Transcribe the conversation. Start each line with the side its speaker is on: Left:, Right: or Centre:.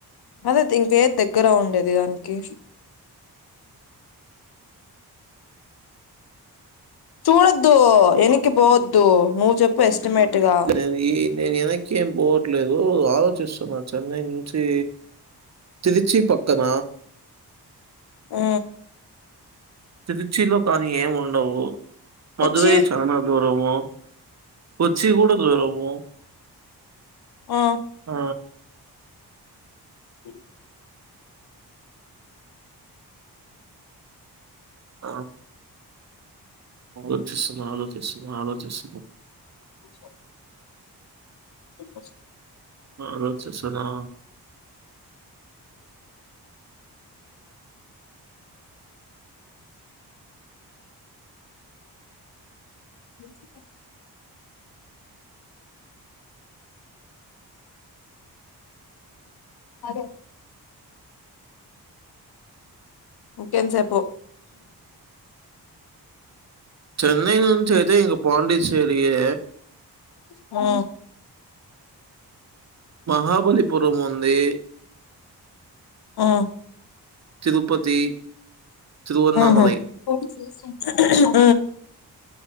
Left: అదే త్ ఇంకేద్ దగ్గర ఉండేది దాన్కి చూడద్దు ఎనికి పోవద్దు నువ్వు చెప్పు ఎస్టిమేట్గా
Right: నేను ఈ నేను వెనక్కి ఏం పోవట్లేదు ఆలోచిస్తున్నా చెన్నై నుంచి తిరిచ్చి పక్కన
Left: ఊ
Right: తిరిచ్చి లో కానీ ఏం ఉండవు మధరై
Left: కొచ్చి
Right: చానా దూరము కొచ్చి కూడా దూరము
Left: ఒ
Right: ఆ
Left: సరి
Right: ఆ ఆలోచిస్సున్నా ఆలోచిస్సున్నా ఆలోచిస్సున్నా
Left: పుల్ స్టాప్ టైం పాస్
Right: ఆలోచిస్సున్నా
Left: వెజ్ పప్ అదే ఇకేంత్సేపు
Right: చెన్నైంచితే ఇంగ పాండిచ్చేరియే
Left: ఊ
Right: మహాబలిపురం ఉంది
Left: ఆ
Right: తిరుపతి, తిరువన్నామలై
Left: ఊహు ఊ